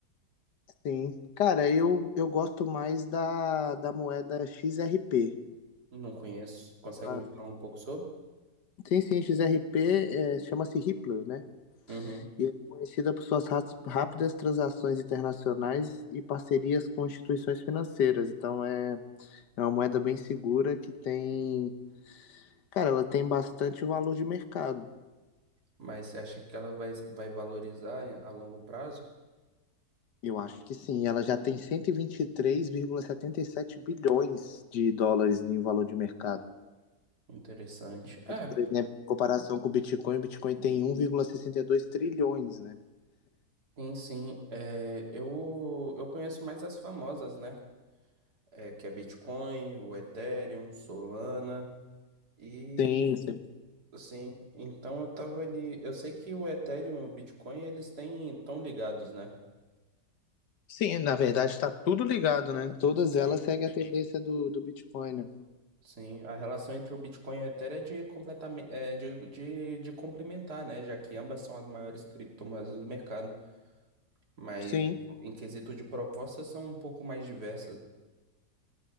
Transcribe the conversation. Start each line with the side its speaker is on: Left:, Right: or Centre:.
Left: Sim. Cara, eu, eu gosto mais da, da moeda XRP.
Right: não conheço, consegue
Left: Ah,
Right: me falar um pouco sobre?
Left: Sim, sim, XRP é, chama-se Ripple, né?
Right: Uhum.
Left: E é conhecida por suas ras- rápidas transações internacionais e parcerias com instituições financeiras. Então é, é uma moeda bem segura que tem. Cara, ela tem bastante valor de mercado.
Right: Mas você acha que ela vai, vai valorizar a longo prazo?
Left: Eu acho que sim. Ela já tem cento e e e vinte três vírgula setenta e sete bilhões de dólares em valor de mercado.
Right: Interessante. É,
Left: Mas, por exemplo, em comparação com o Bitcoin, o Bitcoin tem um vírgula sessenta e dois trilhões, né?
Right: sim, sim. É, eu, eu conheço mais as famosas, né? É, que é Bitcoin, o Ethereum, Solana e
Left: Sim, sim.
Right: assim. Então eu tava ali. Eu sei que o Ethereum e o Bitcoin eles têm tão ligados, né?
Left: Sim,
Right: O-
Left: na verdade está tudo ligado, né? Todas
Right: Sim.
Left: elas seguem a tendência do, do Bitcoin, né?
Right: Sim, a relação entre o Bitcoin e o Ethereum é de completamente é de, de, de complementar, né? Já que ambas são as maiores criptomoedas do mercado, mas
Left: Sim.
Right: em quesito de propostas são um pouco mais diversas